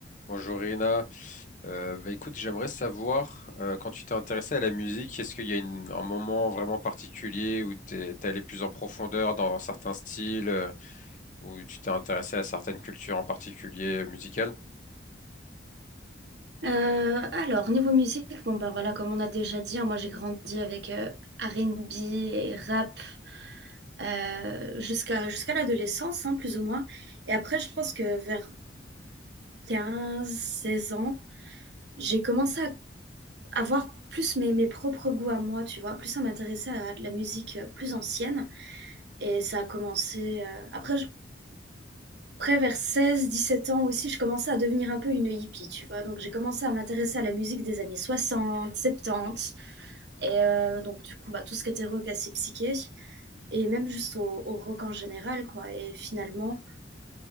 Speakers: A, on the left (about 40°); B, on the right (about 65°).
A: Bonjour Irina. Euh, bah écoute, j'aimerais savoir, euh, quand tu t'es intéressée à la musique, est-ce qu'il y a une- un moment vraiment particulier où t'es, t'es allé plus en profondeur dans certains styles, euh, où tu t'es intéressée à certaines cultures en particulier euh, musicales?
B: Euh, alors, niveau musique, bon, bah voilà, comme on a déjà dit, hein, moi j'ai grandi avec euh, R&B et rap euh, jusqu'à jusqu'à l'adolescence, hein, plus ou moins. Et après, je pense que vers quinze seize ans, j'ai commencé à avoir plus mes, mes propres goûts à moi, tu vois, plus à m'intéresser à de la musique euh, plus ancienne. Et ça a commencé... euh, après, je- après, vers seize dix-sept ans aussi, je commençais à devenir un peu une hippie, tu vois. Donc j'ai commencé à m'intéresser à la musique des années 60, 70. Et euh, donc, du coup, bah, tout ce qui était rock assez psyché, et même juste au, au rock en général, quoi. Et finalement,